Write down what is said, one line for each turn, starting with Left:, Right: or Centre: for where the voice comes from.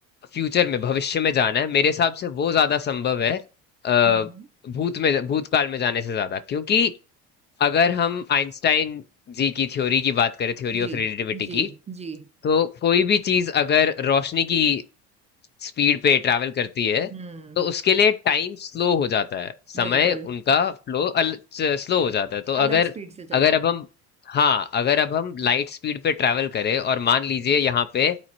Left: फ्यूचर में भविष्य में जाना है मेरे हिसाब से वो ज्यादा संभव है अ,
Right: हम्म
Left: भूत में भूतकाल में जाने से ज्यादा क्योंकि अगर हम आइंस्टाइन जी की थ्योरी की बात करें थ्योरी
Right: जी
Left: ऑफ रिलेटिविटी
Right: जी
Left: की
Right: जी
Left: तो कोई भी चीज अगर रोशनी की स्पीड पे ट्रैवल करती है
Right: हम्म
Left: तो उसके लिए टाइम स्लो हो जाता है समय
Right: बिल्कुल
Left: उनका फ्लो स्लो हो जाता है तो
Right: अलग
Left: अगर
Right: स्पीड से चलता
Left: अगर अब
Right: है
Left: हम हाँ अगर अब हम लाइट स्पीड पे ट्रैवल करें और मान लीजिए यहाँ पे